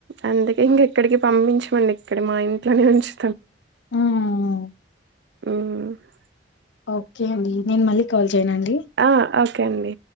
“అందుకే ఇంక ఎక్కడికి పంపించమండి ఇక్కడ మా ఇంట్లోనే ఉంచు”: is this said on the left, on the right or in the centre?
Right